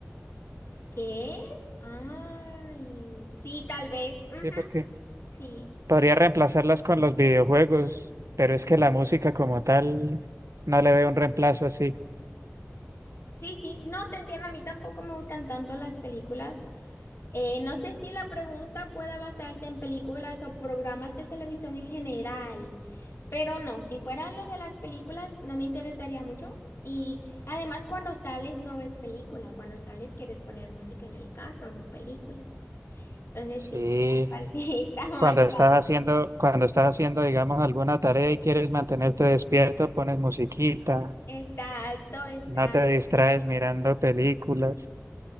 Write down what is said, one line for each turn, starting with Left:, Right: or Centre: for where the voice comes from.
Left: ¿Qué? Ay, sí, tal vez. Ujú,
Right: Sí, porque
Left: Sí,
Right: podría reemplazarlas con los videojuegos, pero es que la música como tal no le veo un reemplazo así.
Left: sí, sí. No te entiendo, a mí tampoco me gustan tanto las películas. Eh, no sé si la pregunta pueda basarse en películas o programas de televisión en general, pero no, si fuera lo de las películas no me interesaría mucho. Y además cuando sales no ves película, cuando sales quieres poner música en el carro, no películas. Entonces
Right: Sí,
Left: sí, esa parte <laughs> está más...
Right: cuando estás haciendo,
Left: fácil.
Right: cuando estás haciendo, digamos, alguna tarea y quieres mantenerte despierto, pones musiquita,
Left: Exacto, exacto,
Right: no te distraes mirando películas.